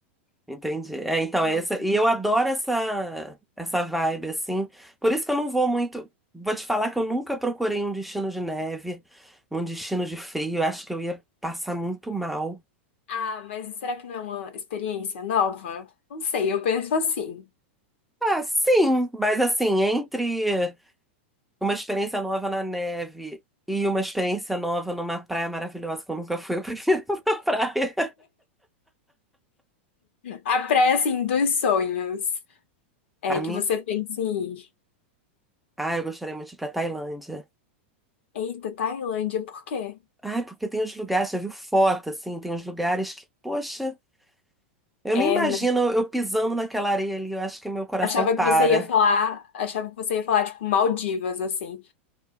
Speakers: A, in the centre; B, on the left.
A: Entendi. É, então,
B: No-
A: é essa. E eu adoro essa, essa vibe, assim. Por isso que eu não vou muito. Vou te falar que eu nunca procurei um destino de neve, um destino de frio. Eu acho que eu ia passar muito mal.
B: Ah, mas será que não é uma experiência nova? Não sei, eu penso assim.
A: Ah, sim, mas assim, entre uma experiência nova na neve e uma experiência nova numa praia maravilhosa que eu nunca fui, eu prefiro <laughs> uma praia.
B: A praia, assim, dos sonhos. É
A: A
B: que
A: minha
B: você pensa em ir.
A: Ah, eu gostaria muito de ir pra Tailândia.
B: Eita, Tailândia, por quê?
A: Ai, porque tem uns lugares, já viu foto, assim, tem uns lugares que, poxa, eu
B: É,
A: nem imagino
B: né?
A: eu pisando naquela areia ali, eu acho que meu coração
B: Achava
A: para.
B: que você ia falar, achava que você ia falar, tipo, Maldivas, assim.